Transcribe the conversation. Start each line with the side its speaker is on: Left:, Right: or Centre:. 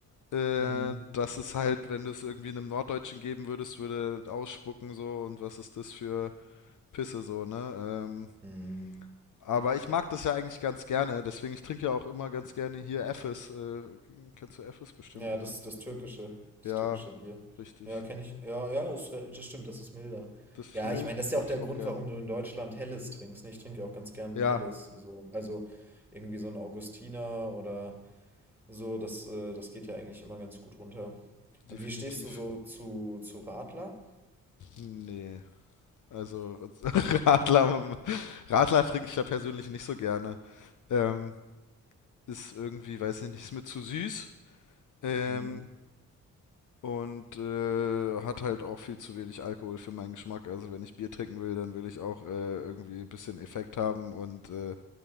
Left: äh,
Centre: Mhm.
Left: dass es halt, wenn du es irgendwie einem Norddeutschen geben würdest, würde das ausspucken so und was ist das für Pisse so, ne? Ähm,
Centre: Mhm.
Left: aber ich mag das ja eigentlich ganz gerne, deswegen ich trinke ja auch immer ganz gerne hier Effes. Äh, kennst du Effes bestimmt,
Centre: Ja,
Left: ne?
Centre: das, das türkische, das
Left: Ja,
Centre: türkische Bier.
Left: richtig.
Centre: Ja, kenne ich. Ja, ja, ist, re- das stimmt, das ist milder.
Left: Das ist
Centre: Ja,
Left: mild,
Centre: ich meine,
Left: das
Centre: das ist
Left: mag
Centre: ja auch der
Left: ich auch
Centre: Grund,
Left: gern.
Centre: warum du in Deutschland Helles trinkst. Ne? Ich trinke ja auch ganz gern
Left: Ja,
Centre: Helles. So. Also irgendwie so ein Augustiner oder so, das, äh, das geht ja eigentlich immer ganz gut runter. Und
Left: definitiv.
Centre: wie stehst du so zu, zu Radler?
Left: Nee. Also <laughs> Radler, Radler trinke ich ja persönlich nicht so gerne. Ähm, ist irgendwie, weiß ich nicht, ist mir zu süß. Ähm,
Centre: Mhm.
Left: und äh, hat halt auch viel zu wenig Alkohol für meinen Geschmack. Also wenn ich Bier trinken will, dann will ich auch äh, irgendwie ein bisschen Effekt haben und äh,